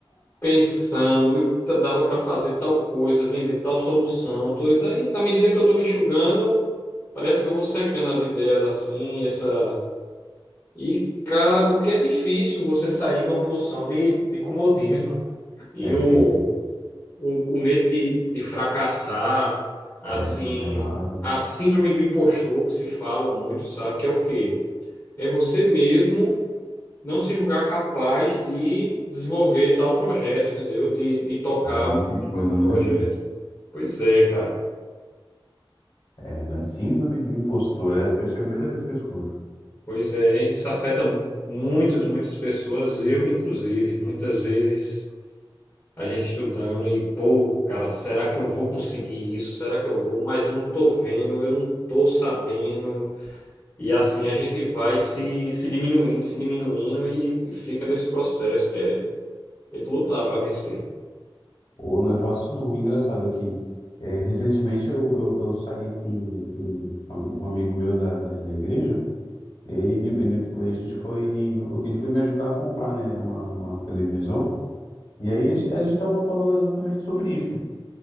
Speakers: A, on the left (about 35°); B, on the left (about 60°).
A: pensando, e dava pra fazer tal coisa, vender tal solução, tudo isso aí, na medida que eu tô me enxugando, parece que eu vou secando as ideias assim, essa e cara, porque é difícil você sair de uma posição de, de comodismo e
B: É difícil.
A: o o, o medo de, de fracassar, assim,
B: É, de dar errado.
A: a síndrome do impostor que se fala muito, sabe? Que é o quê? É você mesmo não se julgar capaz de desenvolver tal projeto, entendeu? De, de tocar
B: Caramba,
A: um,
B: que
A: um-
B: coisa,
A: um projeto.
B: né, velho?
A: Pois é, cara.
B: é, né? Síndrome do impostor. É, acho que é a primeira vez que eu escuto.
A: Pois é, isso afeta mu- muitas, muitas pessoas, eu inclusive. Muitas vezes a gente estudando e, pô, cara, será que eu vou conseguir isso? Será que eu vou? Mas eu não tô vendo, eu não tô sabendo. E assim a gente vai se, se diminuindo, se diminuindo e, e fica nesse processo que é tem que lutar para vencer.
B: Ou não é fácil, não. Engraçado que é, recentemente eu, eu, eu saí com, com um amigo meu da, da, da igreja. E aí ele, ele, foi- a gente foi, eu- ele foi me ajudar a comprar, né, uma, uma televisão. E aí a gente, a gente tava falando exatamente sobre isso.